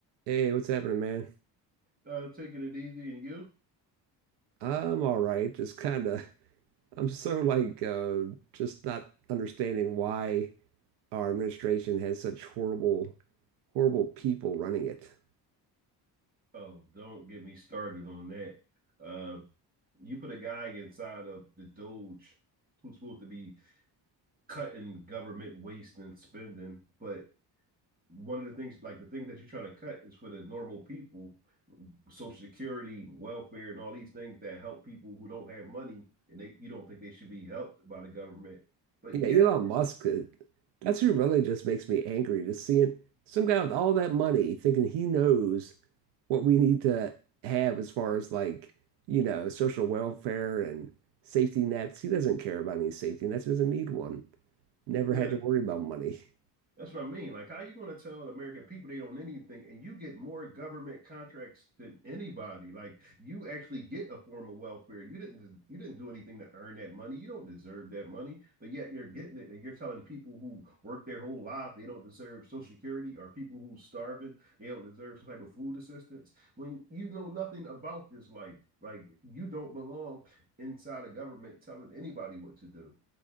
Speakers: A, on the right; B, on the right.
A: Hey, what's happening, man?
B: uh, taking it easy, and you?
A: I'm all right. Just kind of, <laughs> I'm so like, uh, just not understanding why our administration has such horrible, horrible people running it.
B: Oh, don't get me started on that. Uh, you put a guy inside of the Doge who's supposed to be cutting government waste and spending, but one of the things, like the thing that you're trying to cut, is for the normal people, Social Security, welfare, and all these things that help people who don't have money, and they you don't think they should be helped by the government, but
A: Yeah,
B: yet,
A: Elon Musk, uh, that's who really just makes me angry. Just seeing some guy with all that money thinking he knows what we need to have as far as like, you know, social welfare and safety nets. He doesn't care about any safety nets. He doesn't need one. Never
B: yeah,
A: had to worry about money. <laughs>
B: That's what I mean. Like, how are you going to tell American people they don't need anything, and you get more government contracts than anybody? Like, you actually get a form of welfare. You didn't. You didn't do anything to earn that money. You don't deserve that money, but yet you're getting it, and you're telling people who work their whole life they don't deserve Social Security, or people who starving they don't deserve some type of food assistance when you know nothing about this life. Like, you don't belong inside a government telling anybody what to do.